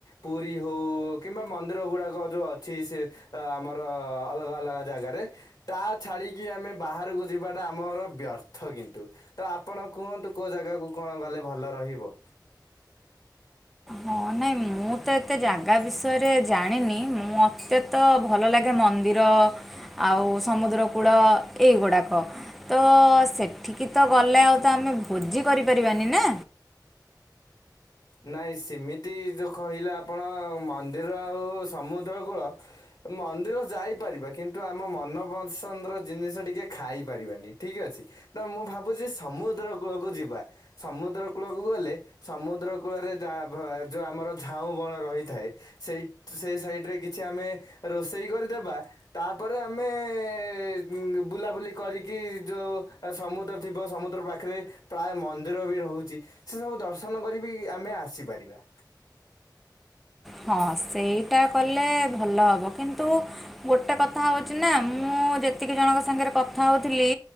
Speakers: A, on the left; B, in the centre.
A: ପୁରୀ ହଉ କିମ୍ବା ମ ମନ୍ଦିର ଗୁଡାକ ଯୋଉ ଅଛି ସେ ଆ ଆମର ଅଲଗା ଅଲଗା ଯାଗାରେ। ତା ଛାଡ଼ିକି ଆମେ ବାହାରକୁ ଯିବାଟା ଆମର ବ୍ୟର୍ଥ କିନ୍ତୁ। ତ ଆପଣ କୁହନ୍ତୁ କୋଉ ଯାଗାକୁ କଣ ଗଲେ ଭଲ ରହିବ?
B: ହଁ ନାଇଁ ମୁଁ ତ ଏତେ ଯାଗା ବିଷୟରେ ଜାଣିନି ମୋତେ। ତ ଭଲ ଲାଗେ ମନ୍ଦିର ଆଉ ସମୁଦ୍ର କୂଳ ଏଇଗୁଡ଼ାକ। ତ ସେଠିକି ତ ଗଲେ ଆଉ ତ ଆମେ ଭୋଜି କରିପାରିବାନି ନା।
A: ନାଇଁ ସେମିତି ଯଉ କହିଲେ ଆପଣ ମନ୍ଦିର ଆଉ ସମୁଦ୍ର କୂଳ। ମନ୍ଦିର ଯାଇପାରିବା କିନ୍ତୁ ଆମ ମନ ପସନ୍ଦର ଜିନିଷ ଟିକେ ଖାଇ ପାରିବାନି ଠିକ ଅଛି। ତ ମୁଁ ଭାବୁଛି ସମୁଦ୍ର କୂଳକୁ ଯିବା ସମୁଦ୍ର କୂଳକୁ ଗଲେ ସମୁଦ୍ର। କୂଳରେ ଜା ଭ ଯଉ ଆମର ଝାଉଁ ବଣ ରହିଥାଏ। ସେଇ ସେଇ ସାଇଡରେ କିଛି ଆମେ ରୋଷେଇ କରିଦେବା। ତାପରେ ଆମେ ଉଁ ବୁଲାବୁଲି କରିକି ଯୋଉ। ଅ ସମୁଦ୍ର ଥିବ ସମୁଦ୍ର ପାଖରେ ପ୍ରାୟ ମନ୍ଦିର ବି ରହୁଛି ସେ ସବୁ ଦର୍ଶନ କରିବି। ଇ ଆମେ ଆସିପାରିବା।
B: ହଁ ସେଇଟା କଲେ ଭଲ ହବ କିନ୍ତୁ। ଗୋଟେ କଥା ହଉଛି ନା ମୁଁ ଯେତିକି ଜଣଙ୍କ ସାଙ୍ଗରେ କଥା ହଉଥିଲି।